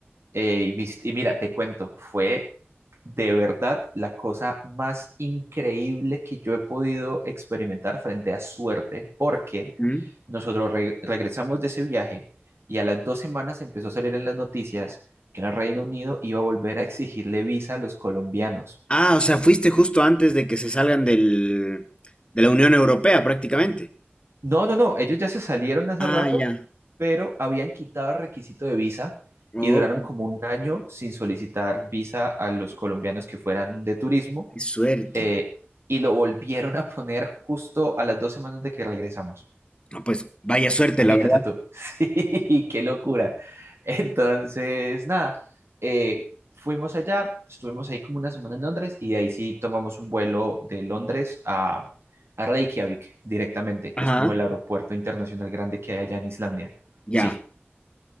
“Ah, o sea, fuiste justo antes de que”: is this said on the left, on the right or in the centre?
Left